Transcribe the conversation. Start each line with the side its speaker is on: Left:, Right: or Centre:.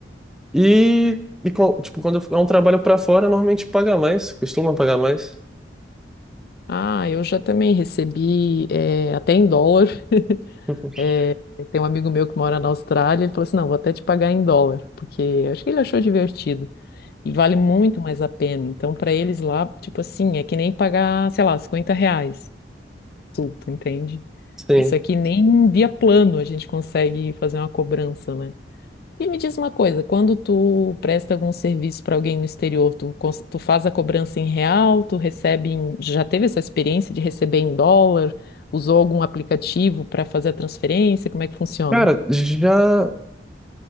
Centre: E, e co- tipo, quando é um trabalho para fora, normalmente paga mais, costuma pagar mais.
Left: Ah, eu já também recebi eh, até em dólar
Centre: <laughs>
Left: É, Tem um amigo meu que mora na Austrália, ele falou assim: não, vou até te pagar em dólar, porque eu acho que ele achou divertido. E vale muito mais a pena. Então, para eles lá, tipo assim, é que nem pagar, sei lá, 50 reais. Sulto, entende?
Centre: Sim.
Left: Isso aqui nem via plano a gente consegue fazer uma cobrança, né? E me diz uma coisa: quando tu presta algum serviço para alguém no exterior, tu, cons- tu faz a cobrança em real, tu recebe em... Já teve essa experiência de receber em dólar? Usou algum aplicativo para fazer a transferência? Como é que funciona?
Centre: Cara, já.